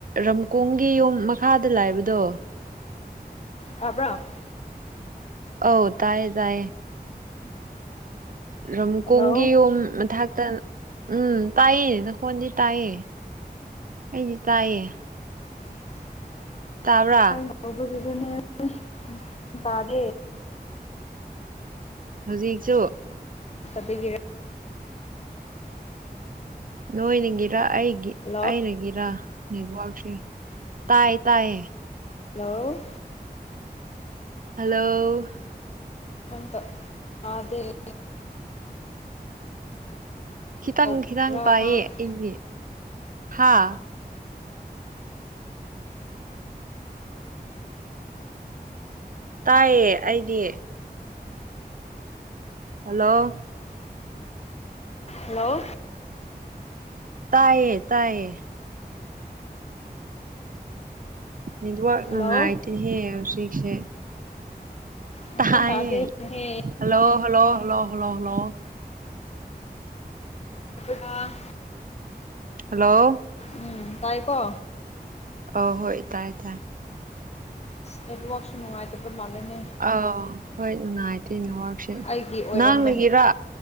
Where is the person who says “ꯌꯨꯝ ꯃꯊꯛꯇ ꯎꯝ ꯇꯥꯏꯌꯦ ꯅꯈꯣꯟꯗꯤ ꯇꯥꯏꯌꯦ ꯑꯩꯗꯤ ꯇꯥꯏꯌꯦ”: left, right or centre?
Right